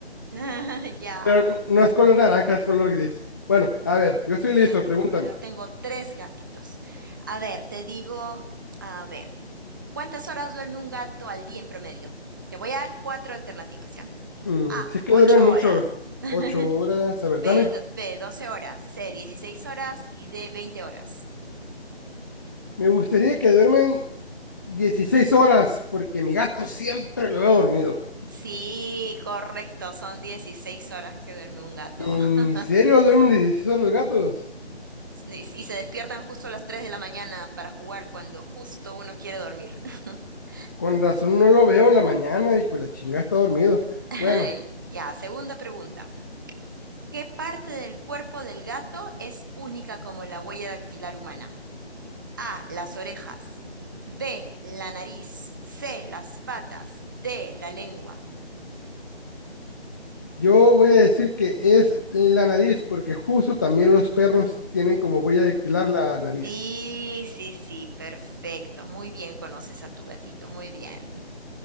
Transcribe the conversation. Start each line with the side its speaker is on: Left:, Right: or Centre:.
Right: <laughs> ya,
Left: pero n- no es color naranja, es color gris. Bueno, a ver, yo estoy listo,
Right: yo,
Left: pregúntame.
Right: yo tengo tres gatitos. A ver, te digo, a ver, ¿cuántas horas duerme un gato al día en promedio? Te voy a dar cuatro alternativas, ¿ya?
Left: Mm,
Right: A,
Left: sí que
Right: ocho
Left: duermen mucho,
Right: horas. <laughs>
Left: ocho horas, a ver,
Right: B,
Left: dame.
Right: do- B, 12 horas, C, 16 horas y D, 20 horas.
Left: Me gustaría que duermen 16 horas, porque mi gato siempre lo veo dormido.
Right: Sí, correcto, son 16 horas que duerme un gato.
Left: ¿En
Right: <laughs>
Left: serio duermen 16 horas los gatos?
Right: Y, y se despiertan justo a las 3 de la mañana para jugar cuando justo uno quiere dormir. <laughs>
Left: Con razón no lo veo en la mañana, hijo, de la chingada está dormido.
Right: Ay,
Left: Bueno,
Right: Ya, segunda pregunta. ¿Qué parte del cuerpo del gato es única como la huella dactilar humana? A, las orejas. B, la nariz. C, las patas. D, la lengua.
Left: Yo voy a decir que es la nariz, porque justo también los perros tienen como huella dactilar la nariz.
Right: Sí, sí, sí, perfecto. Muy bien, conoces a tu gatito, muy bien.